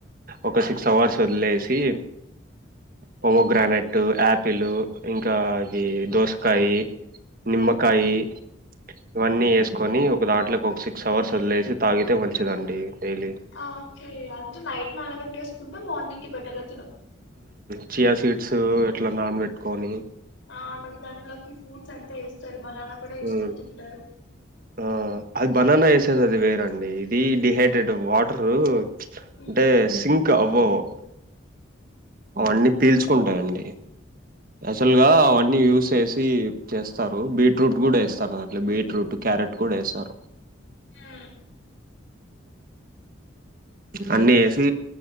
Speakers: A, on the right; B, on the left.
A: ఒక సిక్స్ అవర్స్ వదిలేసి పోమోగ్రానెట్ ఆపిల్ ఇంకాది దోసకాయి నిమ్మకాయి ఇవన్నీ వేసుకొని ఒక దాంట్లోకి ఒక సిక్స్ అవర్స్ వదిలేసి తాగితే మంచిదండి డైలీ
B: ఓకే అందుంటే నైట్ నానబెట్టి వేసుకుంటే మార్నింగ్ కి బట్టలా
A: చియా స్వీట్స్ ఎట్లా నాన్ పెెట్టుకొని
B: ఆ మళ్లీ దాంట్లోకి ఫ్రూట్స్ అంతా వేస్తారు బనానా కూడా వేసుకొని
A: మ్మ్
B: తింటారు
A: ఆ అది బనానా వేసేది అది వేరండి ఇది డిహైడ్రేట్ వాటరు అంటే
B: ఉమ్.
A: సింక్ అవ్వవు అవన్నీ పీల్చుకుంటాయండి అయాచుల్ గా అవన్నీ యూస్ చేసి చేస్తారు బీట్రూట్ కూడా వేస్తారు బనానా దాంట్లో బీట్రూట్ క్యారెట్ కూడా వేసారు
B: ఆ
A: అన్ని వేసి